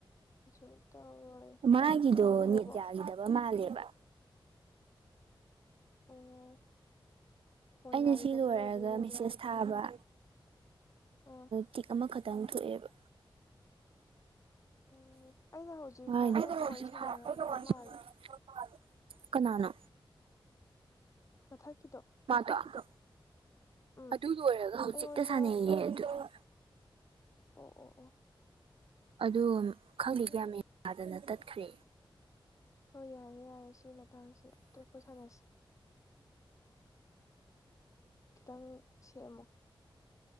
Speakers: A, on the left (about 35°); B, on the right (about 80°).
A: ꯀꯩꯁꯨꯝ ꯇꯧꯔꯣꯏ
B: ꯃꯥꯒꯤꯗꯣ
A: ꯆꯥꯛꯇꯤ ꯄꯤꯔꯕꯣ
B: ꯅꯦꯠ ꯌꯥꯈꯤꯗꯕ ꯃꯥꯜꯂꯦꯕ
A: ꯑꯣ ꯐꯣꯟ
B: ꯑꯩꯅ
A: ꯌꯥꯈꯤꯗꯕꯩ
B: ꯁꯤ ꯂꯣꯏꯔꯒ
A: ꯑꯣꯏꯗꯣꯏꯅꯦ ꯑꯗꯨꯗꯤ
B: ꯃꯦꯁꯦꯁ ꯊꯥꯕ
A: ꯑꯥ
B: ꯇꯤꯛ ꯑꯃꯈꯛꯇꯪ ꯊꯣꯛꯑꯦꯕ
A: ꯑꯣ ꯑꯩꯅ ꯍꯧꯖꯤꯛ
B: <inaudible>
A: ꯑꯩꯒ ꯋꯥꯔꯤ ꯁꯥꯟꯅꯔꯝꯕ ꯃꯥꯜꯂꯦ
B: ꯀꯅꯥꯅꯣ
A: ꯃꯊꯛꯀꯤꯗꯣ
B: ꯃꯥꯗꯣ ꯑꯗꯣ
A: ꯎꯝ
B: ꯑꯗꯨ ꯂꯣꯏꯔꯒ ꯍꯧꯖꯤꯛꯇ
A: ꯑꯩꯉꯣꯟꯗ
B: ꯁꯥꯟꯅꯩꯌꯦ ꯑꯗꯨꯗ
A: ꯑꯣ ꯑꯣ ꯑꯣ
B: ꯑꯗꯨ ꯈꯪꯗꯦ
A: ꯑꯩ
B: ꯀꯌꯥ ꯌꯥꯗꯅ ꯇꯠꯈ꯭ꯔꯦ
A: ꯍꯣꯏ ꯌꯥꯔꯦ ꯌꯥꯔꯦ ꯁꯤ ꯃꯇꯥꯡꯁꯤ ꯑꯇꯣꯞꯄ ꯁꯥꯟꯅꯁꯤ ꯈꯤꯇꯪ ꯁꯦꯝꯃꯣ